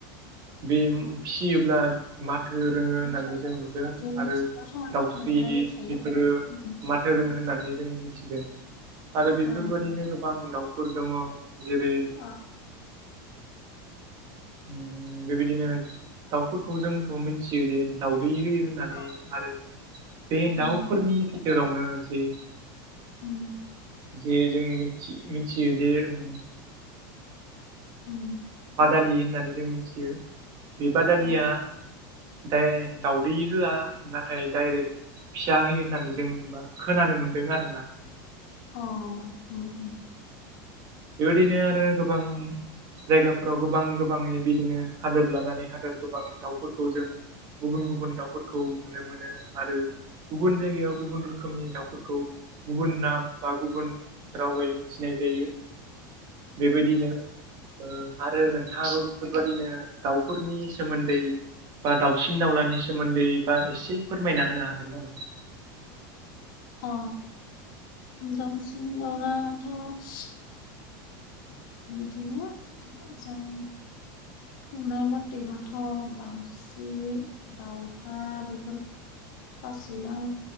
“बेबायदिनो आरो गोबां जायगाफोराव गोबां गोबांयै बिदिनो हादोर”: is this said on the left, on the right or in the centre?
Right